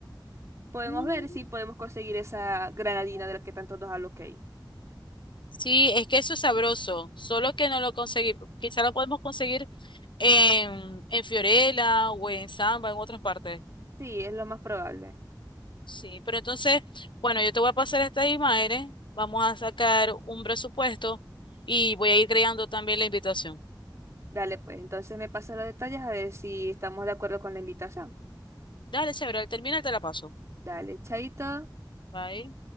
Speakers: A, on the right; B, on the left.
A: Podemos
B: Ujú.
A: ver si podemos conseguir esa granadina de la que tanto nos habló Kay.
B: Sí, es que eso es sabroso, solo que no lo conseguí. Quizá lo podemos conseguir en, en Fiorella o en Samba, en otras partes.
A: Sí, es lo más probable.
B: Sí, pero entonces, bueno, yo te voy a pasar estas imágenes, vamos a sacar un presupuesto y voy a ir creando también la invitación.
A: Dale, pues, entonces me pasa los detalles a ver si estamos de acuerdo con la invitación.
B: Dale, chévere, al terminar te la paso.
A: Dale, chaito.
B: Bye.